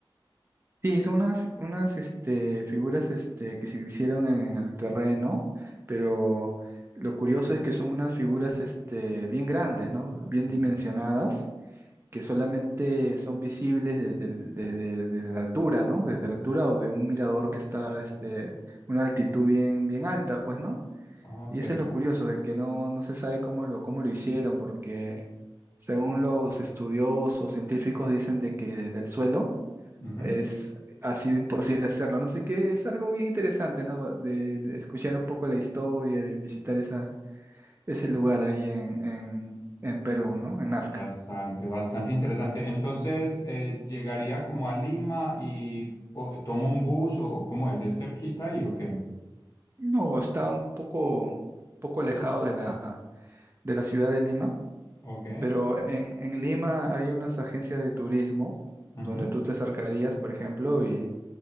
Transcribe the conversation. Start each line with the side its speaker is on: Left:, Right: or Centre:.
Right: Sí, son unas, unas este, figuras este, que se hicieron en el terreno, pero lo curioso es que son unas figuras este, bien grandes, ¿no? Bien
Left: Ujú.
Right: dimensionadas, que solamente son visibles desde, el- desde, desde la altura, ¿no? Desde la altura o de un mirador que está este, una altitud bien, bien alta, pues, ¿no?
Left: Ok,
Right: Y eso es lo curioso, de que no, no se sabe cómo lo, cómo lo hicieron, porque según los estudiosos científicos dicen de que desde el suelo
Left: ujú.
Right: es, ha sido imposible hacerlo, ¿no? Así que es algo bien interesante, ¿no? De, de escuchar un poco la historia, de visitar esa, ese lugar ahí en, en, en Perú, ¿no? En Nazca.
Left: Bastante, bastante interesante. Entonces, eh, llegaría como a Lima y po- eh, tomo un bus o o cómo es, ¿es cerquita ahí o qué?
Right: No, está un poco, poco alejado de la, de la ciudad de Lima,
Left: Ok,
Right: pero en, en Lima hay unas agencias de turismo
Left: ujú,
Right: donde tú te acercarías, por ejemplo, y